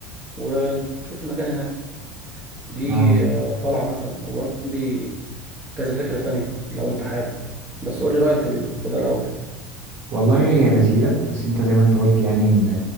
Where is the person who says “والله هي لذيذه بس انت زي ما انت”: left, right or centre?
Right